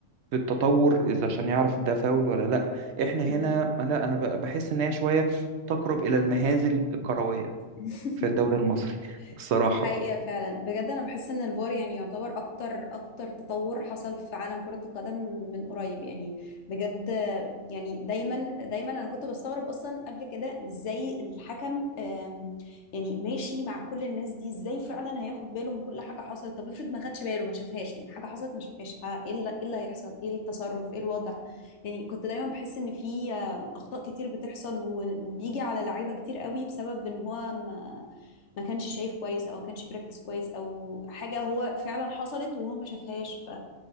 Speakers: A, on the right; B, on the left.
A: التطور اذا عشان يعرف ده فاول ولا لا احنا هنا
B: امم
A: انا انا ب- بحس ان هي شويه تقرب الى المهازل الكرويه
B: <laughs>
A: في الدوري المصري الصراحه
B: دي حقيقة فعلا بجد أنا بحس إن الفار يعني يعتبر أكتر أكتر تطور حصل في عالم كرة القدم من قريب يعني بجد يعني دايما دايما أنا كنت بستغرب أصلا قبل كده إزاي الحكم آم، يعني ماشي مع كل الناس دي إزاي فعلا هياخد باله من كل حاجة حصلت طب افرض ما خدش باله ما شافهاش يعني حاجة حصلت ما شافهاش ها، إيه اللي إيه اللي هيحصل إيه التصرف إيه الوضع يعني كنت دايما بحس إن في آم، أخطاء كتير بتحصل و- وبيجي على لعيبة كتير قوي بسبب إن هو ما ما كانش شايف كويس او ما كانش بيركز كويس او حاجه هو فعلا حصلت وهو ما شافهاش ف